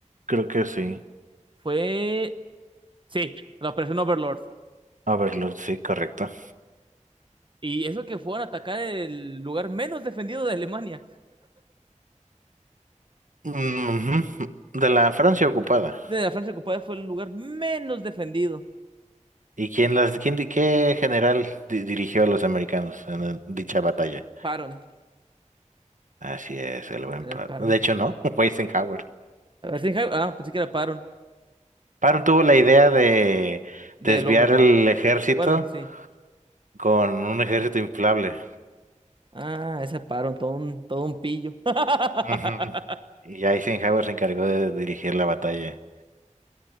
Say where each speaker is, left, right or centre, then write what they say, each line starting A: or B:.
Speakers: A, on the right; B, on the right.
A: creo que sí.
B: Fue... Sí, la operación Overlord.
A: Overlord, sí, correcto.
B: Y eso que fueron a atacar el lugar menos defendido de Alemania.
A: Ujú. De la Francia ocupada.
B: De la Francia ocupada fue el lugar menos defendido.
A: ¿Y quién las, quién, di- qué general di- dirigió a los americanos en el- dicha batalla?
B: Paron.
A: Así es, el
B: En
A: buen
B: general,
A: Patton.
B: Paron.
A: De hecho, no, <laughs> fue Eisenhower.
B: A ver si- Ah, pensé que era Paron.
A: Patton tuvo la idea de
B: Del
A: desviar
B: Overlord.
A: el ejército
B: Bueno, sí.
A: con un ejército inflable.
B: Ah, ese Paron, todo un, todo un pillo. <laughs>
A: Ujú. Y ya Eisenhower se encargó de dirigir la batalla.